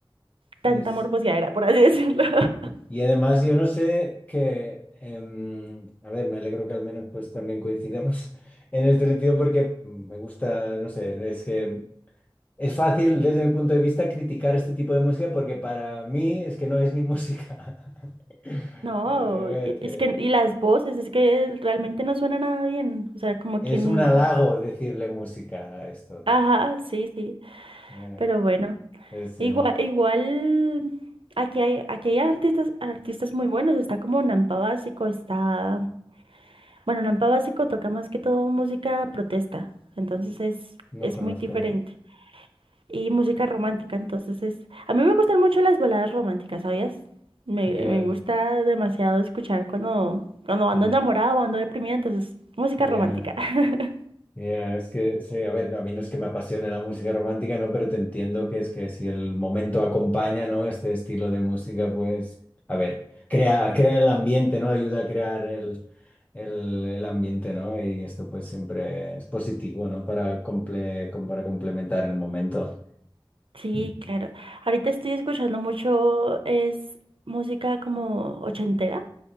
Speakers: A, on the right; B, on the left.
A: tanta
B: Es.
A: morbosidadera, por así decirlo. <laughs>
B: Y además yo no sé que, em, a ver, me alegro que al menos pues también coincidamos <laughs> en este sentido porque me gusta, no sé, es que es fácil desde mi punto de vista criticar este tipo de música porque para mí es que no es ni música. <laughs>
A: No,
B: Eh, a ver,
A: e- es
B: que
A: que, y las voces, es que realmente no suena nada bien. O sea, como
B: es
A: que, n-
B: un halago decirle música a esto.
A: ajá, sí, sí,
B: Yeah,
A: pero bueno.
B: Este
A: Igual,
B: no,
A: igual, aquí hay, aquí hay artistas, artistas muy buenos. Está como Nampa Básico, está, bueno, Nampa Básico toca más que todo música protesta. Entonces es,
B: no
A: es
B: conozco.
A: muy diferente. y música romántica. Entonces es, a mí me gustan mucho las baladas románticas, ¿sabías? Me,
B: Yeah.
A: me gusta demasiado escuchar cuando, cuando ando
B: mm,
A: enamorada o ando deprimida, entonces música
B: yeah.
A: romántica. <laughs>
B: Ya, es que, sí, a ver, a mí no es que me apasione la música romántica, ¿no? Pero te entiendo que es que si el momento acompaña, ¿no? Este estilo de música, pues, a ver, crea, crea el ambiente, ¿no? Ayuda a crear el, el, el ambiente, ¿no? Y esto pues siempre es positivo, ¿no? Para, comple, com- para complementar el momento.
A: Sí,
B: Ujú.
A: claro. Ahorita estoy escuchando mucho, es música como ochentera